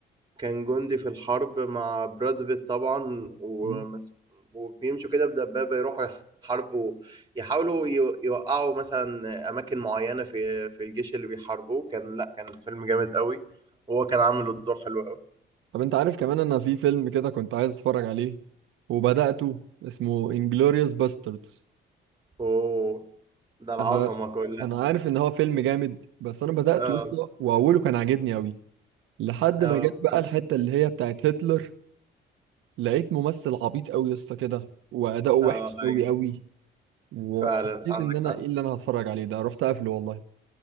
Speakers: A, on the right; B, on the right.
A: كان جندي في الحرب مع براد بيت طبعا ومس...
B: مم.
A: وبيمشوا كده بدبابة يروحوا يحاربوا يحاولوا يو- يوقعوا مثلا أماكن معينة في في الجيش اللي بيحاربوه كان لأ كان فيلم جامد قوي وهو كان عامل الدور حلو قوي
B: طب انت عارف كمان انا في فيلم كده كنت عايز اتفرج عليه وبدأته اسمه انجلوريوس باستردز
A: أوه ده العظمة
B: انا
A: كلها
B: انا عارف ان هو فيلم جامد بس انا بدأته
A: اه
B: يسطا واوله كان عاجبني قوي لحد
A: اه
B: ما جت بقى الحتة اللي هي بتاعت هتلر لقيت ممثل عبيط قوي يا اسطى كده واداؤه وحش
A: اه
B: قوي
A: ايوه
B: قوي وحسيت
A: فعلا عندك
B: ان انا
A: حق
B: ايه اللي انا هتفرج عليه ده رحت قافله والله